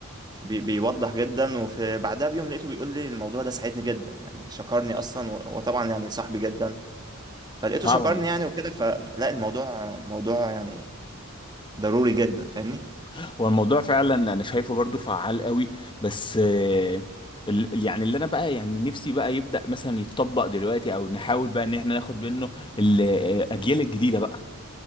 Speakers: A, on the right; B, on the left.
A: بي بيوضح جدا وفي بعدها بيوم لقيته بيقول لي الموضوع ده ساعدني جدا يعني شكرني اصلا و- وطبعا يعني صاحبي جدا فلقيته
B: طبعا
A: شكرني يعني وكده فلا الموضوع موضوع يعني ضروري جدا فاهمني
B: هو الموضوع فعلا انا شايفه برضو فعال قوي بس آه، ال- يعني اللي انا بقى يعني نفسي بقى يبدأ مثلا يتطبق دلوقتي او نحاول بقى ان احنا ناخد منه الاجيال الجديده بقى